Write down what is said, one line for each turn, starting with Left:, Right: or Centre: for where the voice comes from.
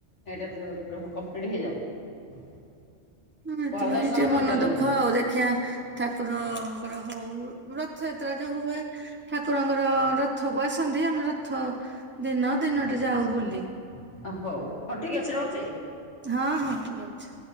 Left: ଏଇଟା ଯ ଯୋଉ କମ୍ପ୍ଲିଟ ହେଇଯାଉ।
Right: ହଁ ସେଥିପାଇଁ
Left: ଆଉ ଦର୍ଶନ
Right: ଟିକେ
Left: କରିପାରିଲେନି।
Right: ମନ ଦୁଃଖ ଆଉ ଦେଖିବା ଠାକୁରଙ୍କର ହଉ ରଥଯାତ୍ରା ଯୋଉ ହୁଏ ଠାକୁରଙ୍କର ରଥଙ୍କର୍ ଆସନ୍ତି ଆମ ରଥ ଦିନ ଦିନଟେ
Left: ହଉ
Right: ଯାଉ ବୁଲି
Left: ହଉ ଠିକ ଅଛି ରହୁଛି।
Right: ହଁ ହଁ ରହୁଛି।